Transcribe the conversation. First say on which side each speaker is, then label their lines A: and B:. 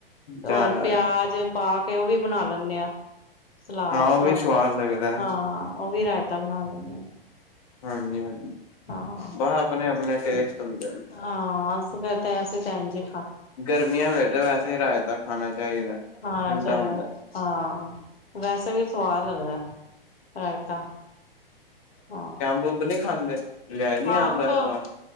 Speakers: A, on the left; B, on the left.
A: ਹੋਰ
B: ਜਾਂ ਯਾਰ
A: ਪਿਆਜ ਪਾ ਕੇ ਉਹ ਵੀ ਬਣਾ ਲੈਂਨੇ ਆਂ। ਸਲਾਦ
B: ਹਾਂ ਉਹ ਵੀ
A: ਆਹ
B: ਸਵਾਦ ਲੱਗਦਾ ਹੈ।
A: ਹਾਂ, ਉਹ ਵੀ ਰਾਇਤਾ ਬਣਾ ਲੈਂਦੇ ਆਾਂ।
B: ਹਾਂਜੀ, ਹਾਂਜੀ।
A: ਹਾਂ,
B: ਬਸ ਆਪਣੇ ਆਪਣੇ ਟੇਸਟ
A: ਹਾਂ,
B: ਹੁੰਦੇ ਨੇ ਸਾਰੇ
A: ਅਸੀ ਫੇਰ, ਐ ਤੇ ਭੈਣਜੀ
B: ਗਰਮੀਆਂ ਵਿੱਚ ਤਾਂ ਵੈਸੇ ਹੀ ਰਾਇਤਾ ਖਾਣਾ ਚਾਹੀਦਾ,
A: ਖਾਣਾ
B: ਠੰਡਾ
A: ਚਾਹੀਦਾ
B: ਹੁੰਦਾ।
A: ਹਾਂ, ਵੈਸੇ ਵੀ ਸਵਾਦ ਲੱਗਦਾ। ਰਾਏਤਾ ਹਾਂ।
B: ਖੁੰਬ ਨੀ ਖਾਂਦੇ। ਲਿਆਏ ਨੀ
A: ਅੰਬ,
B: ਇਸ ਵਾਰ